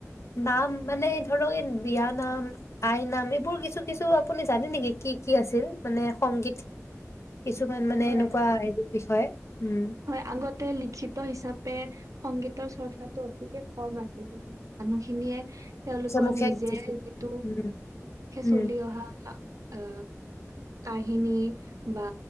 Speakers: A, on the left (about 60°); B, on the right (about 80°).
A: নাম মানে ধৰক এই বিয় নাম, আই নাম এইবোৰ কিছু কিছু আপুনি জানে নেকি কি কি আছিল মানে সংগীত। কিছুমান মানে
B: হয়
A: এনেকুৱা হেৰি বিষয়ে। উম
B: হয়, আগত তে লিখিত হিচাপে সংগীতৰ চৰ্চাটো অতিকে কম আছিল গতিকে মানুহখিনিয়ে তেওঁলোকৰ
A: মুখে
B: নিজে
A: মুখে
B: যিটো
A: উম উম
B: চলি অহা অহ, কাহিনী বা